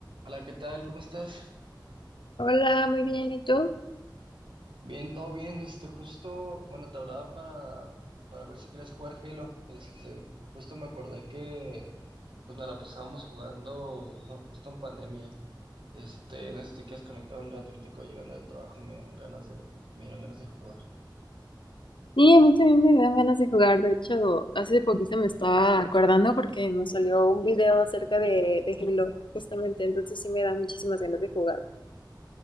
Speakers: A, on the right; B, on the left.
A: Hola, ¿qué tal? ¿Cómo estás?
B: Hola, muy bien, ¿y tú?
A: Bien, todo bien. Este, justo, bueno, te hablaba para, para ver si querías jugar Halo. Este, justo me acordé que pues nos la pasábamos jugando <laughs> justo en pandemia. Este, no sé si te quieres conectar un rato ahorita que voy llegando del trabajo, me dieron ganas de, me dieron ganas de jugar.
B: Sí, a mí también me dan ganas de jugar. De hecho, hace poquito me estaba acordando porque me salió un video acerca de, de Halo, justamente. Entonces sí me dan muchísimas ganas de jugar.